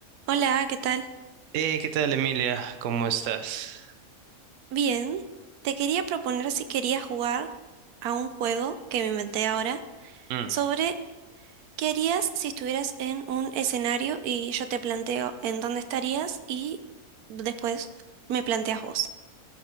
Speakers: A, on the right; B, on the right.
A: Hola, ¿qué tal?
B: Hey, ¿qué tal, Emilia? ¿Cómo estás?
A: Bien, te quería proponer si querías jugar a un juego que me inventé ahora
B: Mm.
A: sobre qué harías si estuvieras en un escenario y yo te planteo en dónde estarías y después me planteas vos.